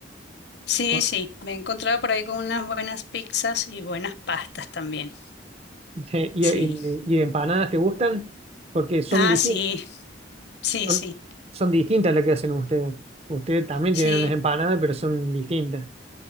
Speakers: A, on the left; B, on the right.
A: Sí,
B: con-
A: sí, me he encontrado por ahí con unas buenas pizzas y buenas pastas también.
B: <laughs> y,
A: Sí.
B: y- y empanadas te gustan? Porque son
A: Ah,
B: distintas.
A: sí, sí,
B: Son,
A: sí,
B: son distintas las que hacen ustedes. Ustedes también
A: sí,
B: tienen unas empanadas, pero son distintas.